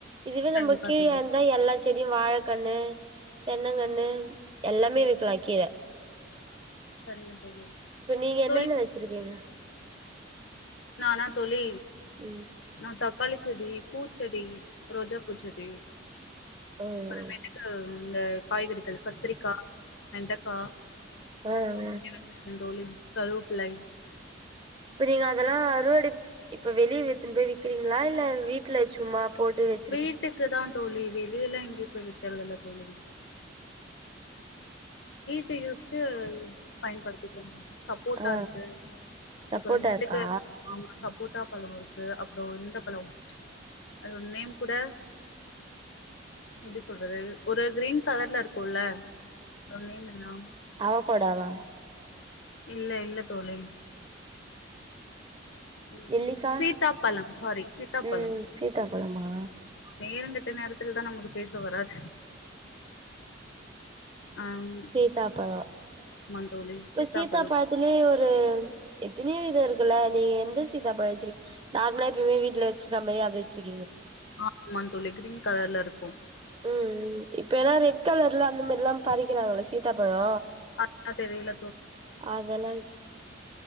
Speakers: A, on the right; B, on the left.
A: இதுவே
B: கண்டிப்பா
A: நம்ம கீழ
B: தோழி
A: இருந்தா எல்லா செடியு வாழக்கன்னு தென்னங்கண்ணு எல்லாமே வக்கீர
B: சரிங்க தோழி
A: இப்ப நீங்க என்னன்ன
B: தோழி
A: வச்சிருக்கீங்க <unintelligible>
B: நானா தோழி
A: ம்
B: நா தக்காளி செடி பூ பூச்செடி ரோஜா பூச்செடி
A: ஓ
B: அப்றோமேட்டுக்கு
A: ஓ
B: ம் இந்த அ காய்கறிகள் கத்திரிக்கா வெண்டக்கா
A: ஆஹ் ஹ்
B: வச்சிருக்கே தோழி கருவப்பிலை
A: இப்ப நீங்க அதெல்லா அறுவடை இப்ப வெளிய வெத்துன்டு போய் விக்றீங்களா இல்ல வீட்ல சும்மா போட்டு வச்சிருக்கீங்
B: வீட்டுக்கு தா தோழி வெளியல்லா எங்கயு போய் விக்றதுல்ல தோழி வீட்டு யூஸ்க்கு பயன்படுத்திக்றோ சப்போட்டா
A: ஆ
B: இருக்கு
A: சப்போட்டா
B: அப்றோ மேட்டுக்கு
A: இருக்கா
B: ஆமா சப் கூட்டா பழருக்கு அப்ற இந்த பழ அதோட நேம் கூட எப்டி சொல்றது ஒரு கிரீன் கலர்ல இருக்குல்ல அதோட நேம் என்ன
A: அவகோடாவா
B: இல்ல இல்ல தோழி ம்
A: நெல்லிக்கா
B: சீத்தாப்பழம் சாரி சீத்தாப்பழம்
A: ம் சீத்தாப்பழமா
B: நேரங்கெட்ட நேரத்துல தா நமக்கு பேச வராது ஆம்
A: சீத்தாபழொ
B: ஆமா தோழி
A: இப்ப
B: சீத்தாப்பழம்
A: சீத்தா பழத்துலே ஒரு எத்தனயோ இது இருக்குல்ல நீ எந்த சீத்தா பழ வச்சிருக் நார்மலா எப்பேயுமே வீட்ல வச்சிருக்கமே அத வச்சிருக்கி
B: ஆமா தோழி கிரீன் கலர்ல இருக்கும்
A: ம் ம் இப்ப எல்லா ரெட் கலர்ல அந்த மாரில்லா பறிக்கிறாங்கள சீத்தாப்பழொ
B: ஆ னா தெரில
A: அதெல்லா